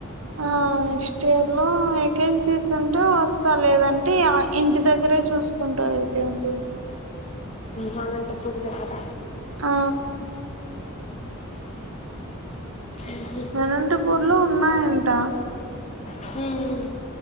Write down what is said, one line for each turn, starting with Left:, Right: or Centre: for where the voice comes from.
Right: ఆ నెక్ట్ ఇయర్ లో వేకన్సిస్ ఉన్న వస్తా లేదంటే ఇంటి దగ్గరే చూసుకుంటా వేకెన్సీస్
Left: వల్లంతపూడిగా అయితర
Right: ఆ
Left: ఉహు.
Right: అనంతపూర్ లో ఉన్నాయంట
Left: హ్మ్మ్